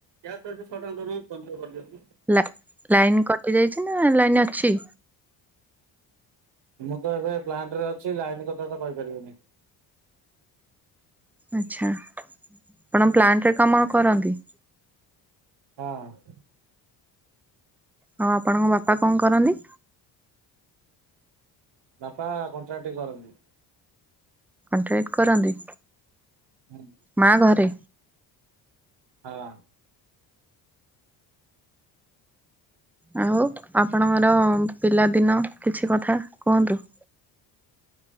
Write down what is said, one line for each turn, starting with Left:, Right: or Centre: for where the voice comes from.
Right: ୟା ସହିତ ଶହେ ଟଙ୍କା ଦଉନାହାନ୍ତି ଫୋନ୍ ପେ କରିଦିଅନ୍ତି।
Centre: ଲା ଲାଇନ କଟି ଯାଇଛି ନା ଲାଇନ ଅଛି?
Right: ମୁଁ ତ ଏବେ ପ୍ଲାଣ୍ଟ ରେ ଅଛି ଲାଇନ କଥା ତ କହିପାରିବିନି।
Centre: ଆଚ୍ଛା, ଆପଣ ପ୍ଲାଣ୍ଟରେ କାମ କରନ୍ତି।
Right: ହଁ।
Centre: ହଁ ଆପଣଙ୍କ ବାପା କଣ କରନ୍ତି?
Right: ବାପା କଣ୍ଟ୍ରାକ୍ଟି କରନ୍ତି।
Centre: କଣ୍ଟ୍ରାକ୍ଟ କରନ୍ତି?
Right: ହୁଁ।
Centre: ମା ଘରେ।
Right: ହଁ।
Centre: ଆଉ ଆପଣଙ୍କର ପିଲାଦିନ କିଛି କଥା କୁହନ୍ତୁ?